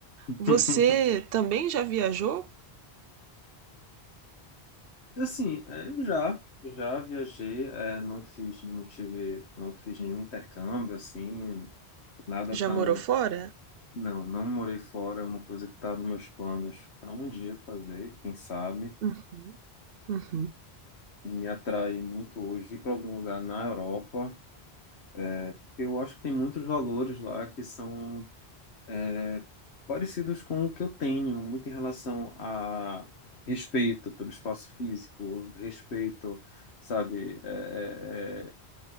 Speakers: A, on the left; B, on the right.
A: <laughs>
B: Você também já viajou?
A: Assim, é, eu já, já viajei, é, não fiz, não tive, não fiz nenhum intercâmbio, assim, nada tão
B: Já morou fora?
A: Não, não morei fora, é uma coisa que está nos meus planos para um dia fazer, quem sabe.
B: Hum, Uhum.
A: Me atrai muito hoje ir para algum lugar na Europa, é, porque eu acho que tem muitos valores lá que são é, parecidos com o que eu tenho, muito em relação a respeito pelo espaço físico, respeito, sabe, é, é, é,